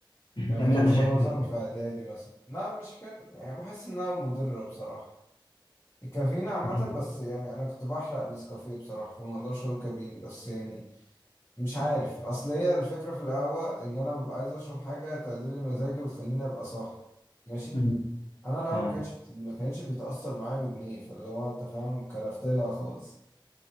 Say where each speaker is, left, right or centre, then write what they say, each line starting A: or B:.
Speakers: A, on the left (about 80°); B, on the left (about 30°).
A: <clears throat>
B: يعني
A: بتعمل
B: كنت
A: لك
B: بشربها
A: مشاكل
B: مثلا
A: ولا
B: في اعدادي مثلا لا مش حكايه يعني بحس انها مضره بصراحه الكافيين عامه
A: إيه؟
B: بس يعني انا كنت بحرق نسكافيه بصراحه فما اقدرش اقول كافيين بس يعني مش عارف اصل هي الفكره في القهوه ان انا ببقى عايز اشرب حاجه تعدل لي مزاجي وتخليني ابقى صاحي ماشي
A: مم.
B: انا القهوه
A: تمام
B: ما كانتش بت... ما كانتش بتاثر معايا بجنيه فاللي هو انت فاهم كرفت لها خالص